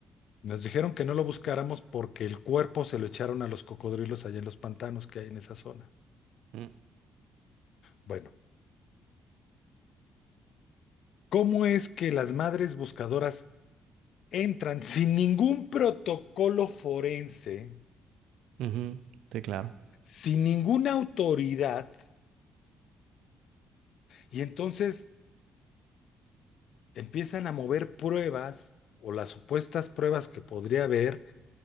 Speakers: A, on the left; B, on the right.
A: nos dijeron que no lo buscáramos porque el cuerpo se lo echaron a los cocodrilos allá en los pantanos que hay en esa zona.
B: Mm,
A: Bueno, ¿cómo es que las madres buscadoras entran sin ningún protocolo forense,
B: ujú, Sí, claro.
A: sin ninguna autoridad, y entonces empiezan a mover pruebas o las supuestas pruebas que podría haber